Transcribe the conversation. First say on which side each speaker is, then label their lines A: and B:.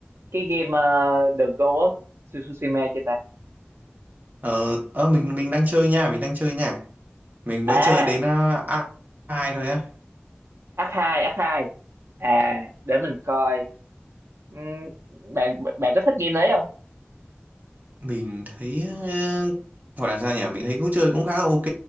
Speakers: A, on the right; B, on the right.
A: cái game ờ, The Ghost of Tsushima chưa ta
B: ờ ờ, mình mình đang chơi nha mình đang chơi nha mình mới
A: à
B: chơi đến à, ai thôi á
A: ác hai ác hai à để mình coi Ừm, bạn bạn có thích game đấy không
B: mình thấy ờ, gọi là sao nhỉ mình thấy cũng chơi cũng khá là ok